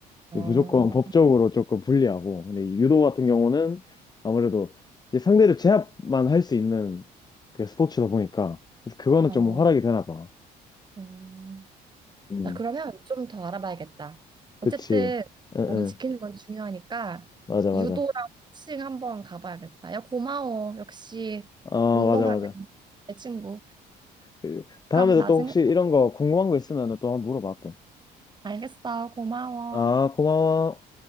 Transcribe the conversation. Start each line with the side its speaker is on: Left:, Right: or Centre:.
Right: 어,
Left: 이제 무조건 법적으로 조금 불리하고, 근데 이 유도 같은 경우는 아무래도 이제 상대를 제압만 할 수 있는 그 스포츠다 보니까, 그래서 그거는
Right: 어,
Left: 좀 활약이 되나 봐.
Right: 어.
Left: 음,
Right: 나 그러면 좀 더 알아봐야겠다. 어쨌든
Left: 그치. 응,
Right: 몸
Left: 응.
Right: 지키는 건 중요하니까
Left: 맞아,
Right: 유도랑
Left: 맞아.
Right: 복싱 한번 가봐야겠다. 야, 고마워. 역시
Left: 어,
Right: 운동하는
Left: 맞아, 맞아.
Right: 내 친구.
Left: 그, 다음에도
Right: 그럼 나중에
Left: 또 혹시 이런
Right: 또
Left: 거 궁금한 거 있으면 또 한번 물어봐, 또.
Right: 알겠어. 고마워.
Left: 아, 고마워.